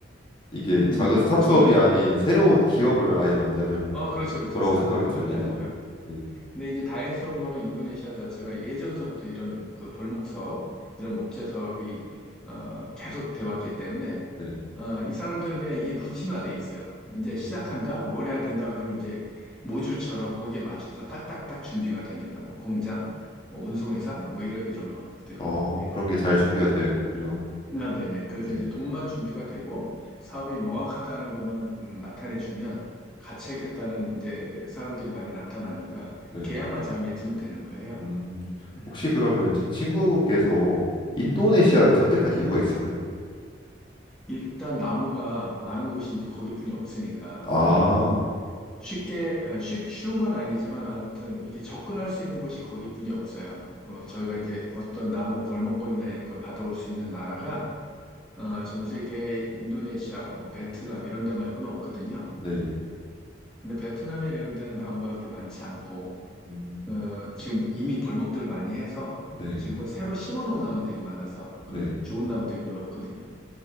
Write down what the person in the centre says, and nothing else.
음,
엄청나죠.
아, 그렇죠, 그렇죠.
스타트업은
전혀 아니고요.
근데 이제 다행스러운 거는 인도네시아 자체가 예전서부터 이런 그 벌목 사업, 이런 목재 사업이 어, 계속 돼 왔기 때문에
어, 이 사람들은 그냥 이게 루틴화돼 있어요. 이제
시작한다, 뭘 해야 된다, 그러면 이제 모듈처럼 거기에 맞춰서 딱딱딱 준비가 됩니다. 뭐 공장, 뭐 운송회사, 뭐 이런 이런 것들이.
네.
아, 네네. 그래서
이제 돈만 준비가 되고 사업이 명확하다는 것만 음, 나타내주면 같이 하겠다는 이제 사람들이 많이 나타나니까
계약만 잘 맺으면 되는 거예요.
음.
일단 나무가 많은 곳이 이제 거기뿐이 없으니까.
그리고 쉽게, 아, 쉽, 쉬운 건 아니지만 아무튼 이게 접근할 수 있는 곳이 거기뿐이 없어요. 어, 저희가 이제 어떤 나무 벌목권이나 이런 걸 받아올 수 있는 나라가 어, 전 세계 인도네시아, 뭐 베트남 이런 데 말고는 없거든요.
근데 베트남이나 이런 데는 나무가 그렇게 많지 않고,
어, 지금 이미 벌목들을 많이 해서
지금은 새로 심어놓은 나무들이 많아서 그래
좋은 나무들이 별로 없거든요.